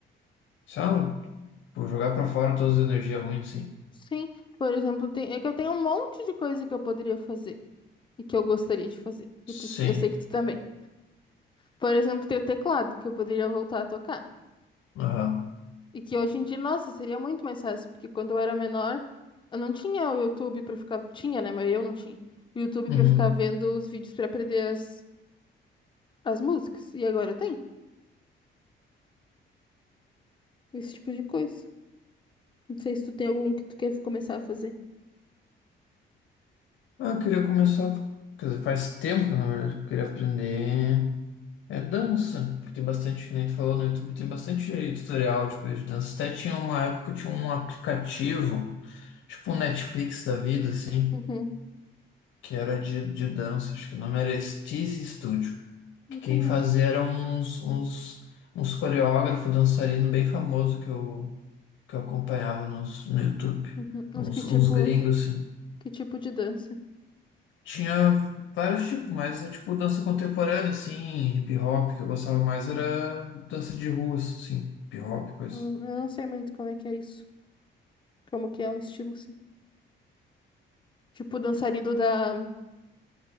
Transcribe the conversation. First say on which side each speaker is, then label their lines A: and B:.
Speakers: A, on the left; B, on the left.
A: Sabe? Por jogar pra fora todas as energias ruins, assim.
B: Sim, por exemplo, tem, é que eu tenho um monte de coisa que eu poderia fazer e que eu gostaria de fazer.
A: Sim.
B: E tu, eu sei que tu também. Por exemplo, tem o teclado, que eu poderia voltar a tocar.
A: Aham.
B: E que hoje em dia, nossa, seria muito mais fácil, porque quando eu era menor, eu não tinha o YouTube pra ficar. Tinha, né? Mas eu não tinha. O YouTube
A: Uhum.
B: pra ficar vendo os vídeos pra aprender as, as músicas. E agora tem esse tipo de coisa. Não sei se tu tem algum que tu quer começar a fazer.
A: Ah, eu queria começar. Quer dizer, faz tempo, na verdade, que eu queria aprender. É dança, porque tem bastante, que nem tu falou no YouTube, tem bastante tutorial de coisa de dança. Até tinha uma época, que tinha um aplicativo, tipo um Netflix da vida, assim,
B: Uhum,
A: que era de, de dança, acho que o nome era Steezy Studio,
B: não
A: que
B: conheço.
A: quem fazia eram uns, uns, uns coreógrafos, dançarino bem famoso que eu, que eu acompanhava nos, no YouTube,
B: Uhum. Mas
A: uns,
B: que tipo,
A: uns gringos, assim.
B: que tipo de dança?
A: Tinha vários tipos, mas é tipo dança contemporânea, assim, hip hop, que eu gostava mais era dança de rua, assim, hip hop, coisa.
B: Hum, eu não sei muito como é que é isso. Como que é um estilo, assim. Tipo dançarino da.